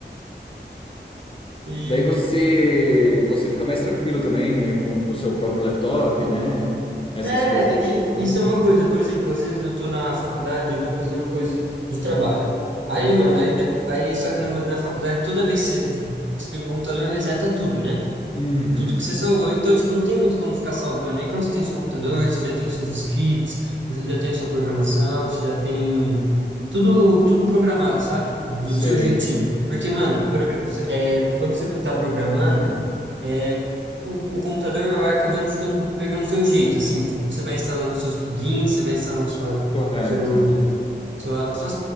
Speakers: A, on the right; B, on the left.
A: E,
B: Daí você você fica mais tranquilo também é, com com o seu próprio laptop, né? Essas
A: É,
B: coisas do
A: e-
B: tipo,
A: isso
B: né?
A: é uma coisa, por exemplo, às vezes eu tô na faculdade, eu tô fazendo coisa de trabalho. Aí,
B: Ah,
A: mano, aí, de- aí só que na, na faculdade, toda vez que você desliga o computador, reseta tudo, né?
B: Uhum,
A: Tudo que você salvou. Então, tipo, não tem muito como ficar salvando. Aí quando você tem seu computador, você já tem seus scripts, você já tem a sua programação, você já tem tudo, tudo programado, sabe? Do
B: eu sei.
A: seu jeitinho. Porque, mano, progra- é, quando você tá programando, velho, é, o, o computador vai acabando ficando, pegando o seu jeito, assim. Tipo, você vai instalando seus plugins, você vai instalando sua,
B: Correto.
A: seus sua, sua,